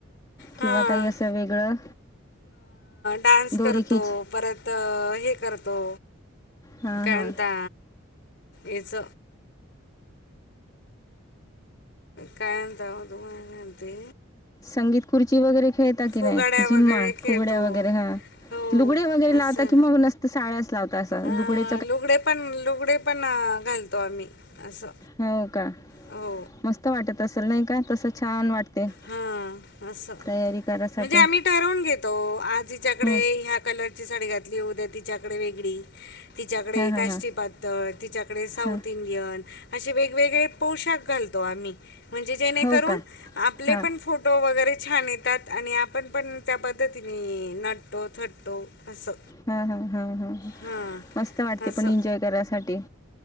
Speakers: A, on the left; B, on the left.
A: किंवा
B: हां,
A: काही असं वेगळं
B: डान्स
A: दोरीखिच
B: करतो, परत त हे करतो,
A: हां
B: काय
A: हां
B: म्हणता, याच काय म्हणता, <unintelligible> म्हणते
A: संगीत खुर्ची वगैरे, खेळता की
B: फुगाड्या
A: नही, झिम्मा
B: वगैरे खेळतो
A: फुगड्या वगैरे, हां.
B: हो
A: लुगडे वगैरे लावता
B: असं
A: की, मग नसत साड्याच लावता, असं
B: अ
A: लुगडे
B: लुगडे पण, लुगडे पण, घालतो आम्ही, असं.
A: हो का,
B: हो
A: मस्त वाटत असल नही का, तसं छान वाटते.
B: हं, असं
A: तयारी करायसाठी
B: म्हणजे आम्ही ठरवून घेतो, आज हिच्याकडे
A: हं
B: ह्या कलरची साडी घातली, उद्या तिच्याकडे वेगळी तिच्याकडे
A: हां हां
B: काष्टी
A: हां
B: पातळ, तिच्याकडे साऊथ
A: हां
B: इंडियन, अशे वेग-वेगळे पोशाख घालतो आम्ही, म्हणजे जेणेकरून,
A: हो का
B: आपले
A: हां
B: पण फोटो वगैरे छान येतात, आणि आपण पण त्या पद्धतीने, नटतो, थटतो. असं
A: हं हं हं हं,
B: हां
A: मस्त वाटते,
B: असं
A: पण एन्जॉय करायसाठी.